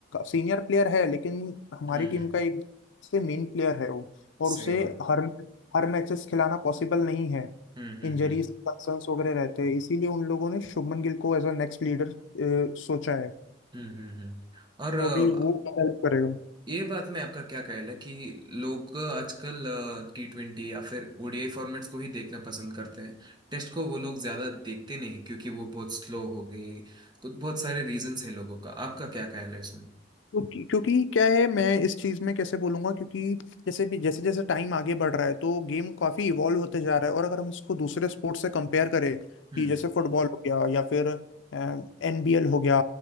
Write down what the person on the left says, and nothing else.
सीनियर प्लेयर है लेकिन हमारी
टीम
का एक से मेन प्लेयर है वो और
उसे
हर हर मैचेस खिलाना पॉसिबल नहीं है
इंजरीज
कंसर्न्स वगैरह रहते हैं इसीलिए उन लोगों ने शुभमन गिल को एज अ नेक्स्ट लीडर सोचा है
तो
अभी वो हेल्प करेगा
क्योंकि क्योंकि क्या है मैं इस चीज में कैसे बोलूंगा क्योंकि जैसे भी जैसे जैसे टाइम आगे बढ़ रहा है तो गेम काफी इवॉल्व होते जा रहा है और अगर हम इसको दूसरे स्पोर्ट्स से कंपेयर करें कि
जैसे फुटबॉल हो गया या फिर एनबीएल हो गया